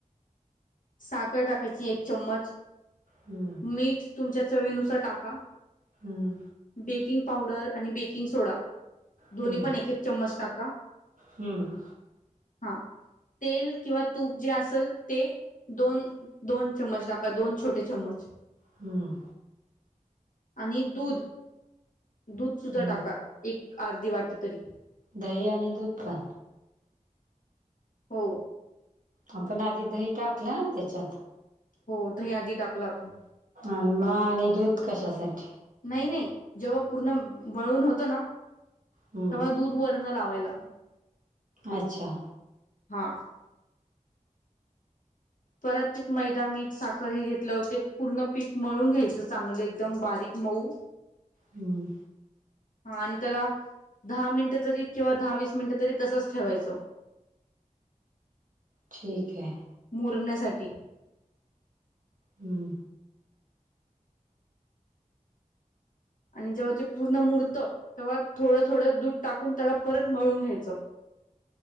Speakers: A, on the left; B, on the right.
A: साखर टाकायची एक चमच
B: हम्म
A: मीठ तुमच्या चवीनुसार टाका
B: हम्म
A: बेकिंग पावडर आणि बेकिंग सोडा दोन्ही
B: हम्म
A: पण एक एक चम्मच टाका
B: हम्म
A: हा तेल किंवा तूप जे अस असल ते दोन दोन चम्मच टाका दोन छोटे चम्मच
B: हम्म
A: आणि दूध दूध सुद्धा
B: हम्म
A: टाका एक अर्धी वाटी तरी
B: दही आणि दूध पण
A: हो
B: आपण आधी दही टाकलं ना त्याच्यात
A: हो द आधी टाकलं आपण
B: आणि मा आणि दूध कशा अस आहे
A: नाही नाही जेव्हा पूर्ण वळून होतं ना
B: हम्म
A: तेव्हा दूध वरण लावायला
B: अच्छा
A: हा परत त मैदा मीठ साखर हे घेतले होते पूर्ण पीक मळून घ्यायचं चांगलं एकदम बारीक पाऊ
B: हम्म
A: हा आणि त्याला दहा मिनिट तरी किंवा दहा वीस मिनिट तरी तसच ठेवायचं
B: ठीक आहे
A: पुरण्यासाठी
B: हुं
A: आणि जेव्हा ते पूर्ण मुरतं तेव्हा थोडं थोडं दूध टाकून त्याला परत मळून घ्यायचं